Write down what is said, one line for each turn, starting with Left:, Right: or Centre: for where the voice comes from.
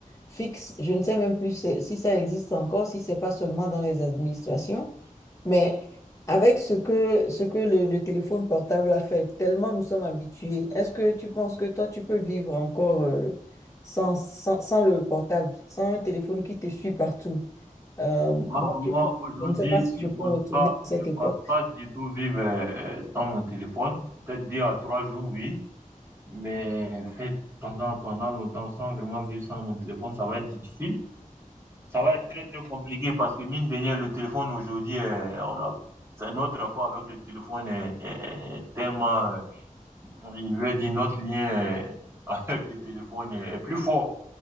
Left: fixes. Je ne sais même plus si si ça existe encore, si c'est pas seulement dans les administrations. Mais avec ce que, ce que le, le téléphone portable a fait, tellement nous sommes habitués, est-ce que tu penses que toi, tu peux vivre encore euh, sans, sans, sans le portable, sans un téléphone qui te suit partout? Euh,
Right: moi,
Left: moi,
Right: moi,
Left: je,
Right: aujourd'hui,
Left: je ne sais pas si
Right: je
Left: je
Right: pense
Left: peux retourner
Right: pas,
Left: à cette
Right: je pense
Left: époque.
Right: pas du tout vivre euh, sans mon téléphone. Peut-être deux à trois jours, oui, mais fait pendant, pendant longtemps sans vraiment vivre sans mon téléphone, ça va être difficile. Ça va être très, très compliqué parce que, mine de rien, le téléphone aujourd'hui, euh, on a, c'est notre rapport avec le téléphone est, est est tellement euh, Il veut dire notre lien euh, <laughs> avec le téléphone est, est plus fort.